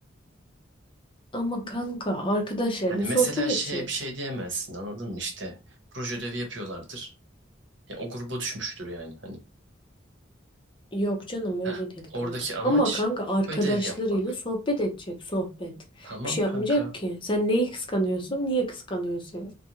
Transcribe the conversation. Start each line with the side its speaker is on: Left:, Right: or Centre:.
Left: Ama kanka arkadaşlarıyla
Right: Hani mesela
Left: sohbet edecek.
Right: şeye bir şey diyemezsin anladın mı? İşte proje ödevi yapıyorlardır. Ya o gruba düşmüştür yani hani.
Left: Yok canım
Right: Heh,
Left: öyle değil
Right: oradaki
Left: kanka.
Right: amaç
Left: Ama kanka arkadaşlarıyla
Right: ödev yapmak.
Left: sohbet edecek sohbet.
Right: Tamam
Left: Bir şey yapmayacak
Right: kanka.
Left: ki. Sen neyi kıskanıyorsun? Niye kıskanıyorsun?